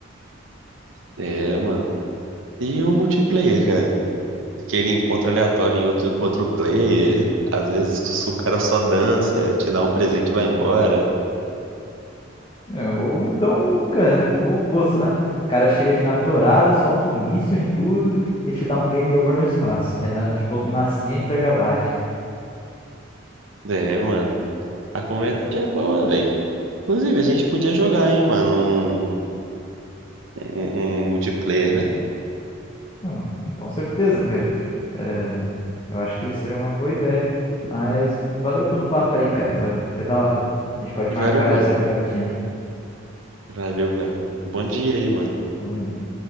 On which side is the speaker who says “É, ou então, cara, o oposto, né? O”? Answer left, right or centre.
Left